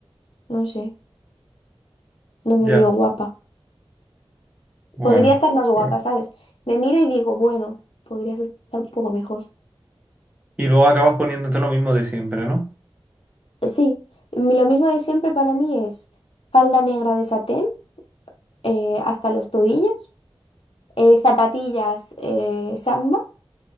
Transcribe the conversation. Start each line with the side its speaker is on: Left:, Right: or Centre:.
Left: no sé, no me
Right: Ya.
Left: veo guapa.
Right: Bueno.
Left: Podría estar más guapa,
Right: bueno.
Left: ¿sabes? Me miro y digo, bueno, podrías estar un poco mejor.
Right: Y luego acabas poniéndote lo mismo de siempre, ¿no?
Left: Eh, Sí, mi- lo mismo de siempre para mí es falda negra de satén eh, hasta los tobillos, eh, zapatillas eh, Samba